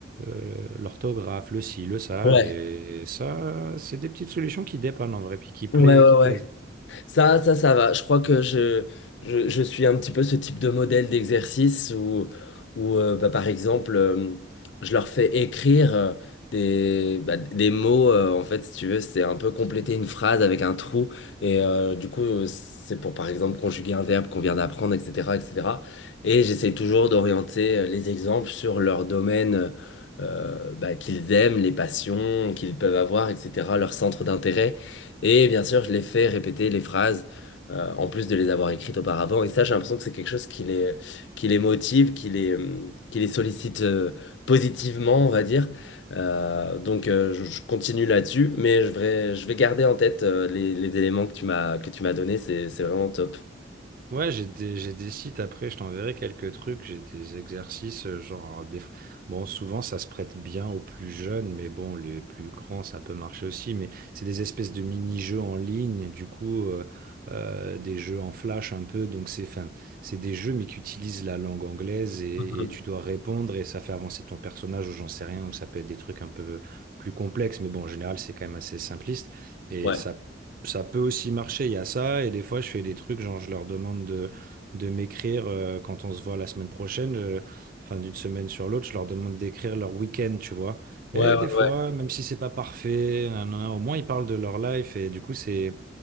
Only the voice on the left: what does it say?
Ouais.
Ouais. Ouais.
Ouais.
Ça, ça, ça va. Je crois que je, je, je suis un petit peu ce type de modèle d'exercice où, où euh, bah, par exemple, euh, je leur fais écrire euh, des, bah, des mots. euh, en fait, si tu veux, c'est un peu compléter une phrase avec un trou. Et euh, du coup, euh, c'est pour, par exemple, conjuguer un verbe qu'on vient d'apprendre, etc., etc. Et cetera. Et j'essaie toujours d'orienter euh, les exemples sur leur domaine euh, bah, qu'ils aiment, les passions qu'ils peuvent avoir, etc., leur centre d'intérêt. Et bien sûr, je les fais répéter les phrases, euh, en plus de les avoir écrites auparavant. Et ça, j'ai l'impression que c'est quelque chose qui les, qui les motive, qui les, euh, qui les sollicite euh, positivement, on va dire. Euh, donc, euh, je, je continue là-dessus, mais je vais, je vais garder en tête euh, les, les éléments que tu m'as, que tu m'as donnés. C'est, c'est vraiment top.
Mhm.
Ouais,
ouais,
ouais,
ouais.